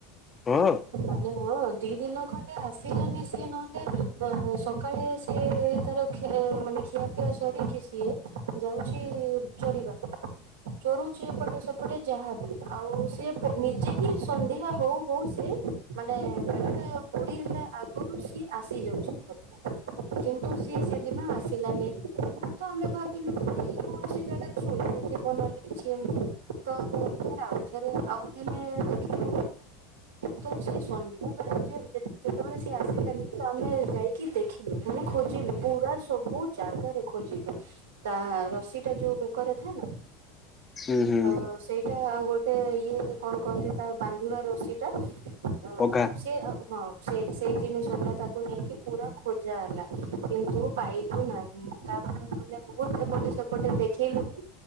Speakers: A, on the left (about 25°); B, on the right (about 80°).
A: ହଁ।
B: ମାନେ ହ ଦିନ ଖଣ୍ଡେ ଆସି ିଲାନି ସିଏ ନହେଲେ ଅ ସକାଳେ ସିଏ ତାର ମାନେ ଖିଆପିଆ ସରିକି ସିଏ ଯାଉଛି ଚରିବା ପାଇଁ ଚରୁଛି ଏପଟେ ସେପଟେ ଯାହାବି ଆଉ ସିଏ ନିଜେ ହି ସନ୍ଧ୍ୟା ହଉ ହଉ ସି ମାନେ ବେଳେ ବୁଡି ଆଗରୁ ସିଏ ଆସିଯାଉଛି ଘରକୁ କିନ୍ତୁ ସିଏ ସେଦିନ ଆସିଲାନି ତ ଆମେ ଭାବିଲୁ କି କୌଣସି ଜାଗାରେ ଶୋଇଥିବ ନହେଲେ କିଛି ଏମିତି ତ ଫ ଆଉ ଫରେ ଆଉ ଦିନ ଦେଖିଲ ତ ସେ ସନ୍ଧ୍ୟାବେଳେ ଯେତେବେଳେ ସେ ଆସିଲାନି ତ ଆମେ ଯାଇକି ଦେଖିଲୁ ମାନେ ଖୋଜିଲୁ ପୁରା ସବୁ ଜାଗାରେ ଖୋଜିଲୁ ତା ରସି ଟା ଯୋଉ ବେକରେ ଥାଏ ନା
A: ହୁଁ ହୁଁ
B: ତ ସେଇ ଏ ଆଉ ଗୋଟେ ଇଏ କଣ କହନ୍ତି ତା ବାନ୍ଧିବା ରଶି ଟା ଅ
A: ପଘା
B: ସେ ହଁ ସେ ସେଇ ଜିନିଷ ଟା ତାକୁ ନେଇକି ପୁରା ଖୋଜା ହେଲା କିନ୍ତୁ ପାଇଲୁ ନାହିଁ ତାପରେ ମାନେ ବହୁତ ଏପଟେ ସେପଟେ ଦେଖିଲୁ ବି